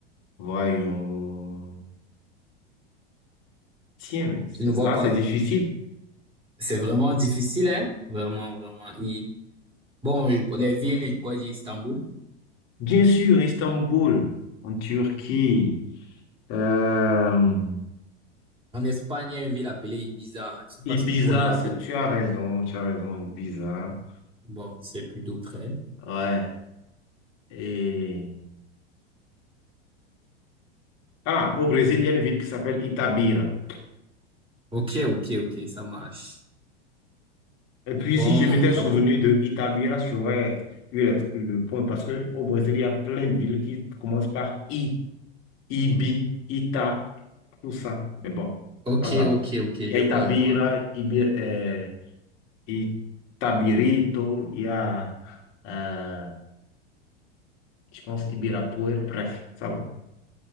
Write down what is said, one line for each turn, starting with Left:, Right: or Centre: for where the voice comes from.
Left: Voyons. Tiens, mais c'est-
Right: Je ne vois
Left: là,
Right: pas.
Left: c'est difficile.
Right: C'est vraiment difficile, hein? Vraiment, vraiment. I. Bon, je- les villes, je pourrais dire Istanbul.
Left: Bien sûr, Istanbul, en Turquie. Euh,
Right: En Espagne, il y a une ville appelée Ibiza. Je sais pas
Left: Ibiza,
Right: si tu connais la
Left: c'est-
Right: ville.
Left: tu as raison, tu as raison, Ibiza.
Right: Bon, c'est plus d'autres, hein.
Left: Ouais. Et... Ah, au Brésil, il y a une ville qui s'appelle Itabira.
Right: Ok, ok, ok, ça marche.
Left: Et puis,
Right: Bon,
Left: si je m'étais souvenu
Right: la pro...
Left: de Itabira, j'aurais eu le, le point parce que au Brésil, il y a plein de villes qui commencent par I, Ibi, Ita, tout ça. Mais bon,
Right: Ok,
Left: pas grave.
Right: ok, ok,
Left: Il
Right: je
Left: y a Itabira,
Right: vois, je vois.
Left: Ibi, euh, Itabirito, il y a, euh, je pense, Ibirapuera, bref, ça va.